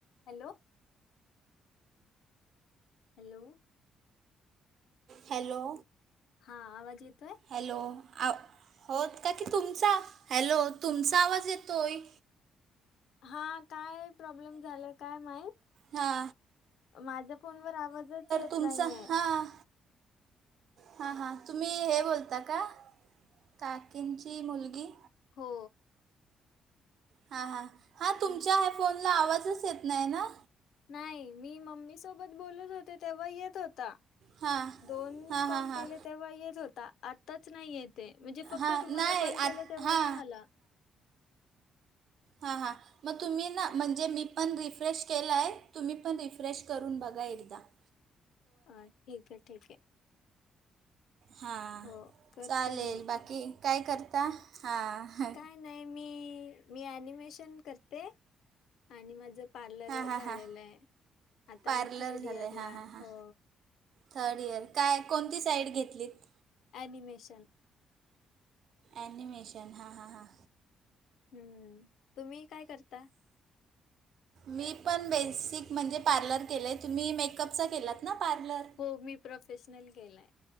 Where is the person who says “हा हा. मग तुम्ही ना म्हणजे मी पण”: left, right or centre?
Right